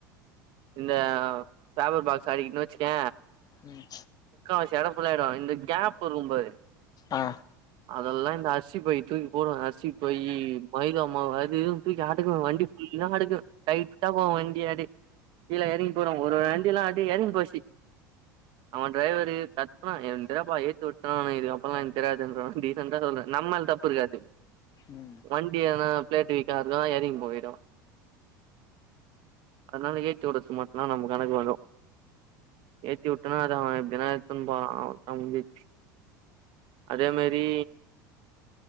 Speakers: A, on the right (about 50°); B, on the left (about 35°).
A: இந்த பேப்பர் பாக்ஸ் அடிக்கிட்டன் வச்சுக்க
B: ம்
A: முக்கா வாசி எடோ ஃபுல்லா ஆயிரு இந்த கேப் இருக்கு பாரு
B: ஆ
A: அதெல்லா இந்த அசி பை தூக்கி போடுவ அசி பை மைதம்மா அது இதுன் தூக்கி அடுக்குவ வண்டி இவங்களுக்கு லைட்டா போவு வண்டியாடி கீழ எறங்கி போறோ ஒரு வண்டி எல்லா அப்டி எறங்கி போச்சு அவன் டிரரைவரு கத்துனா என்றப்பா ஏத்து விட்றுலான் நெனைக்றியா அப்பிலா எனக்கு தெரியாதுன்றுவ டீசென்டா சொல்ற நம்மேல் தப்பு இருக்காது
B: ம்
A: வண்டியனா பிளேட்டு வீக்காதுனா எறங்கி போயிடு அதனால ஏத்தி உடச்சு மட்டுந்தா நம்ம கணக்கு வரு ஏத்தி விட்டனா அத அவன் எப்டினா அவன் ‌அ முந்திச்சு அதே மாரி